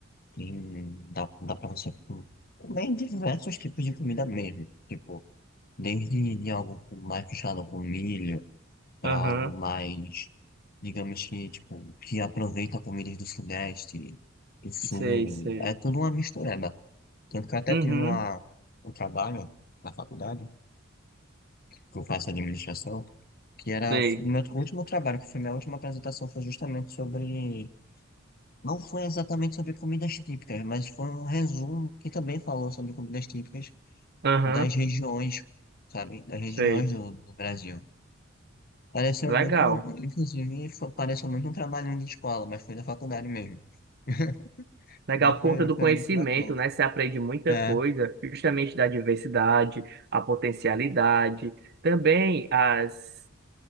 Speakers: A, on the left; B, on the right.
A: Tem, dá, dá pra você tipo, comer diversos tipos de comida mesmo. Tipo, desde de algo mais fechado com milho, pra
B: Aham,
A: algo mais, digamos que, tipo, que aproveita comidas do Sudeste, do Sul.
B: sei, sei.
A: É tudo uma mistureba. Tanto que eu até
B: Uhum,
A: tive uma, um trabalho na faculdade, que eu faço administração que era
B: sei.
A: o meu último trabalho, que foi minha última apresentação, foi justamente sobre. Não foi exatamente sobre comidas típicas, mas foi um resumo que também falou sobre comidas típicas
B: Aham,
A: das regiões, sabe? Das regiões
B: sei.
A: do, do Brasil. Pareceu
B: Legal.
A: muito, um- inclusive, foi- pareceu muito um trabalhinho de escola, mas foi da faculdade mesmo. <laughs>
B: Legal
A: Mas foi,
B: por conta do
A: foi
B: conhecimento,
A: muito bacana.
B: né? Você aprende muita
A: É,
B: coisa, justamente da diversidade, a potencialidade, também as